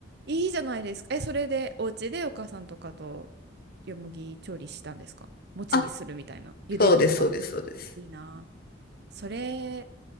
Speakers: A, on the right; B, on the left.
A: いいじゃないですかえそれでお家でお母さんとかとよもぎ調理したんですか餅にするみたいな茹でるとか
B: あ、そうです、そうです、そうです。
A: いいなあそれ